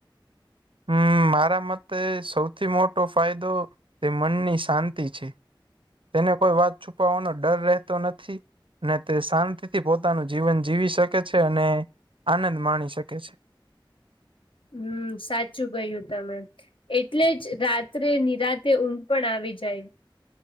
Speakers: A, on the right (about 75°); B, on the left (about 75°).
A: હમ મારા મતે સૌથી મોટો ફાયદો તે મનની શાંતિ છે. તેને કોઈ વાત છુપાવવાનો ડર રહેતો નથી ને તે શાંત થી પોતાનું જીવન જીવી શકે છે અને આનંદ માણી શકે છે.
B: હમ સાચું કયું તમે. એટલે જ રાત્રે નિરાતે ઊગ પણ આવી જાય.